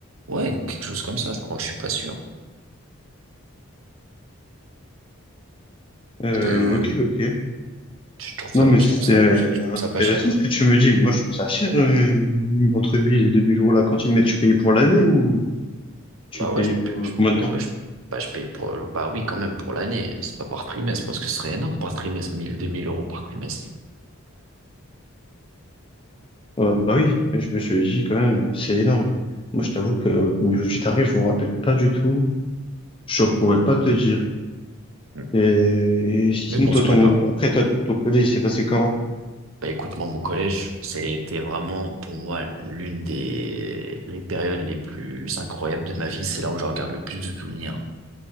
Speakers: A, on the right; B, on the left.
A: Ouais, quelque chose comme ça, je crois. Je suis pas sûr.
B: Euh,
A: Euh,
B: ok, ok.
A: tu trouves ça,
B: Non, mais
A: tu
B: c'est
A: trouves ça, tu, tu trouves
B: intéressant
A: ça pas cher?
B: ce que tu me dis. Moi, je trouve ça cher, euh, entre 1000 et 2000 euros la cantine. Mais tu payais pour l'année ou tu
A: Bah
B: payais
A: ouais, je,
B: pour
A: paie- je,
B: euh, combien de temps?
A: ouais, ouais, je, bah, je paye pour, bah oui, quand même pour l'année. C'est pas par trimestre parce que ce serait énorme par trimestre, mille deux mille euros par trimestre.
B: Euh, bah oui, je me suis dit quand même, c'est énorme. Moi, je t'avoue que au niveau du tarif, je me rappelle pas du tout. Je pourrais pas te dire.
A: Mm.
B: Et, et sinon,
A: Mais bon,
B: toi,
A: c'est
B: ton,
A: pas grave.
B: après, toi, ton collège, il s'est passé comment?
A: Bah écoute, moi, mon collège, c'était vraiment pour moi l'une des les périodes les plus incroyables de ma vie. C'est là où je regarde le plus de souvenirs.